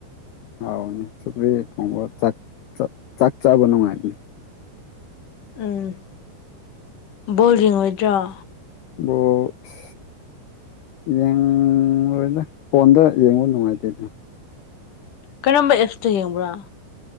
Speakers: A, on the left; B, on the left.
A: ꯍꯥꯎꯅꯦ ꯁꯧꯒꯔ꯭ꯤ ꯊꯣꯡꯕ ꯆꯥꯛ ꯆꯥ ꯆꯥꯕ ꯅꯨꯡꯉꯥꯏꯕꯅꯤ
B: ꯎꯝ ꯕꯣꯜ ꯌꯦꯡꯉꯣꯏꯗꯔꯣ
A: ꯕꯣꯜ <unintelligible> ꯌꯦꯡꯂꯣꯏꯗ ꯐꯣꯟꯗ ꯌꯦꯡꯕ ꯅꯨꯡꯉꯥꯏꯇꯦ
B: ꯀꯔꯝꯕ ꯑꯦꯁꯇ ꯌꯦꯡꯕ꯭ꯔꯥ